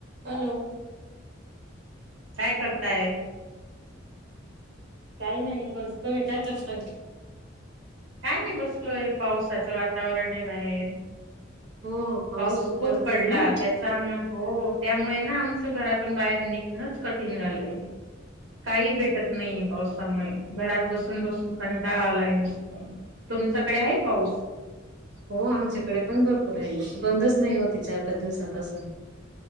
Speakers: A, on the right; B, on the right.
A: हॅलो.
B: काय करताय?
A: काही नाही, बसतोय, काय करताय?
B: काय नाही बसलोय, पावसाचं वातावरण आहे बाहेर.
A: हो
B: पाऊस खूप
A: पडतोय
B: पडला.
A: ना
B: त्यात त्यामुळे, हो त्यामुळे ना आमचं घरातून बाहेर निघणंच कठीण झालंय. काही भेटत नाहीये पावसामुळे, घरात बसून बसून कंटाळा आलाय नुस तुमच्याकडे आहे पाऊस?
A: हो आमच्याकडे पण भरपूर आहे, बंदच नाही होत आहे चार पाच दिवसापासून.